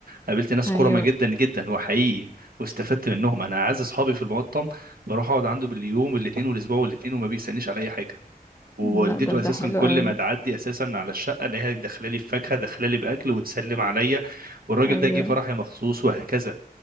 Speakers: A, on the right (about 65°); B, on the left (about 15°).
A: قابلت ناس
B: ايوه
A: كرمه جدا جدا وحقيقي واستفدت منهم انا اعز اصحابي في المقطم بروح اقعد عنده باليوم الاثنين والاسبوع والاثنين وما بيستنيش على اي حاجه ووالدته
B: لا طب
A: اساسا
B: ده حلو
A: كل
B: قوي
A: ما تعدي اساسا على الشقه الاقيها داخله لي بفاكهه داخله لي باكل وتسلم عليا والراجل
B: ايوه
A: ده جه فرحي مخصوص وهكذا